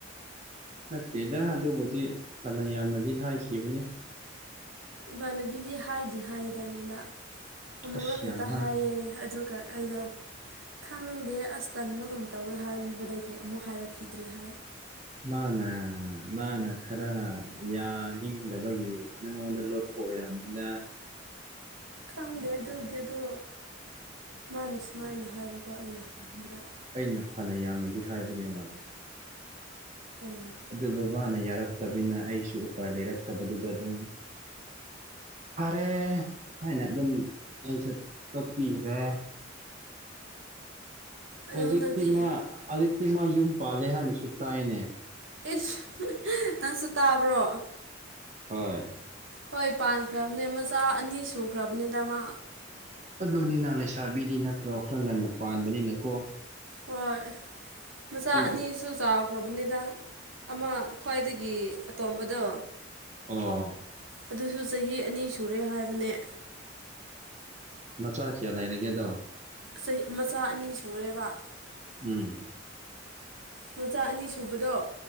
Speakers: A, on the right (about 35°); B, on the right (about 80°).
A: ꯅꯠꯇꯦꯗ ꯑꯗꯨꯕꯨꯗꯤ ꯐꯅ ꯌꯥꯝꯅꯗꯤ ꯍꯥꯏꯈꯤꯕꯅꯤ
B: ꯏꯕꯥꯟꯅꯕꯤꯗꯤ ꯍꯥꯏꯗꯦ ꯍꯥꯏꯌꯦꯗ ꯑꯩꯉꯣꯟꯗ ꯑꯃꯨꯔꯛ
A: ꯑꯁ
B: ꯈꯠꯇ
A: ꯌꯥꯝ ꯍꯥꯏ
B: ꯍꯥꯏꯌꯦ ꯑꯗꯨꯒ ꯑꯩꯗꯣ ꯈꯪꯗꯦ ꯑꯁ ꯇꯟꯕꯒꯨꯝ ꯇꯧꯋꯦ ꯍꯥꯏꯕꯤꯕꯗꯒꯤ ꯑꯃꯨꯛ ꯍꯥꯏꯔꯛꯈꯤꯗ꯭ꯔꯦ ꯍꯥꯏ
A: ꯃꯥꯅ ꯃꯥꯅ ꯈꯔ ꯌꯥꯅꯤꯡꯗꯕꯒꯤ ꯅꯪꯉꯣꯟꯗ ꯂꯣꯠ ꯄ ꯑꯣꯏꯔꯝꯅꯤꯗ
B: ꯈꯪꯗꯦ ꯑꯗꯨꯗꯤ ꯑꯗꯣ ꯃꯥꯅ ꯁꯨꯃꯥꯏꯅ ꯍꯥꯏꯕꯀꯣ ꯑꯩꯅ ꯍꯪꯕꯗ
A: ꯑꯩꯅ ꯐꯅ ꯌꯥꯝꯅꯗꯤ ꯍꯥꯏꯕꯅꯦ ꯃꯥꯥꯕꯨ
B: ꯑꯣ
A: ꯑꯗꯨꯕꯨ ꯃꯥꯅ ꯌꯥꯔꯛꯇꯕꯤꯅꯤꯅ ꯑꯩꯁꯨ ꯎꯄꯥꯏ ꯂꯩꯔꯛꯇꯕꯗꯨꯗ ꯑꯗꯨꯝ ꯐꯔꯦ ꯍꯥꯏꯅ ꯑꯗꯨꯝ ꯑꯩꯁꯨ ꯇꯣꯛꯄꯤꯈ꯭ꯔꯦ
B: ꯑꯗꯣ
A: ꯍꯧꯖꯤꯛꯇꯤ
B: ꯍꯟꯗꯛꯇꯤ
A: ꯃꯥ ꯍꯧꯖꯤꯛꯇꯤ ꯃꯥ ꯌꯨꯝ ꯄꯥꯜꯂꯦ ꯍꯥꯏꯅꯁꯨ ꯇꯥꯏꯅꯦ
B: ꯏꯁ ꯅꯪꯁꯨ ꯇꯥꯕ꯭ꯔꯣ
A: ꯍꯣꯏ
B: ꯍꯣꯏ ꯄꯥꯟꯈ꯭ꯔꯕꯅꯦ ꯃꯆꯥ ꯑꯅꯤ ꯁꯨꯈ꯭ꯔꯕꯅꯤꯗꯃꯥ
A: ꯑꯗꯨꯅꯤꯅ ꯂꯩꯁꯥꯕꯤꯗꯤ ꯅꯠꯇ꯭ꯔꯣ ꯈꯔ ꯉꯟꯅ ꯄꯥꯟꯕꯅꯤꯅꯈꯣ
B: ꯍꯣꯏ ꯃꯆꯥ
A: ꯑꯗꯨꯒꯤ
B: ꯑꯅꯤ ꯁꯨ ꯆꯥꯎꯈ꯭ꯔꯕꯅꯤꯗ ꯑꯃ ꯈ꯭ꯋꯥꯏꯗꯒꯤ ꯑꯇꯣꯝꯕꯗꯣ
A: ꯑꯣ
B: ꯑꯗꯨꯁꯨ ꯆꯍꯤ ꯑꯅꯤ ꯁꯨꯔꯦ ꯍꯥꯏꯕꯅꯦ
A: ꯃꯆꯥ ꯀꯌꯥ ꯂꯩꯔꯤꯒꯦ ꯑꯗꯣ
B: ꯆꯍꯤ ꯃꯆꯥ ꯑꯅꯤ ꯁꯨꯔꯦꯕꯥ
A: ꯎꯝ
B: ꯃꯆꯥ ꯑꯅꯤ ꯁꯨꯕꯗꯣ